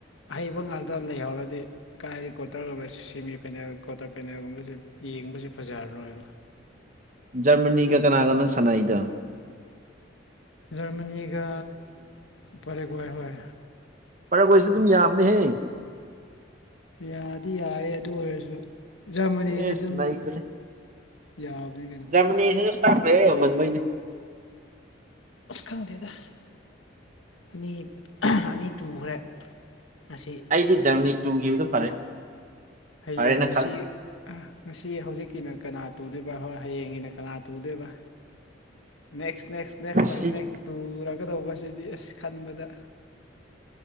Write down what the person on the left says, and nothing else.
ꯑꯍꯩꯕ ꯉꯥꯛꯇ ꯂꯩꯍꯧꯔꯗꯤ ꯀꯥꯏꯗꯤ ꯀ꯭ꯋꯥꯇꯔꯒꯨꯝꯕ ꯁꯦꯃꯤ ꯐꯥꯏꯅꯦꯜ ꯀ꯭ꯋꯥꯇꯔ ꯐꯥꯏꯅꯦꯜꯒꯨꯝꯕꯕꯁꯤꯦ ꯄꯤ ꯌꯦꯡꯕꯁꯦ ꯐꯖꯔꯔꯣꯏꯕ
ꯖꯔꯃꯅꯤꯒ ꯄꯔꯦꯒ ꯑꯣꯏ ꯍꯣꯏ
ꯌꯥꯗꯤ ꯌꯥꯏꯦ ꯑꯗꯨ ꯑꯣꯏꯔꯁꯨ ꯖꯔꯃꯅꯤꯗꯤ
ꯑꯗꯨꯝ
ꯌꯥꯕꯅꯤ ꯀꯩꯅꯣ
ꯑꯁ ꯈꯪꯗꯦꯗ ꯑꯅꯤ ꯑꯅꯤ ꯇꯨꯈ꯭ꯔꯦ ꯉꯁꯤ
ꯍꯌꯦꯡ
ꯉꯁꯤ
ꯉꯁꯤ ꯍꯧꯖꯤꯛꯀꯤꯅ ꯀꯅꯥ ꯇꯨꯔꯤ ꯍꯣꯏ ꯍꯌꯦꯡꯒꯤꯅ ꯀꯅꯥ ꯇꯨꯗꯣꯏꯕ ꯅꯦꯛꯁ ꯏꯁ꯭ꯅꯦꯛꯁ ꯁꯅꯦꯛꯁ
ꯃꯥꯏ ꯏꯁ꯭ꯅꯦꯛ ꯇꯨꯔꯒꯗꯧꯕꯁꯤꯗꯤ ꯑꯁ ꯈꯟꯕꯗ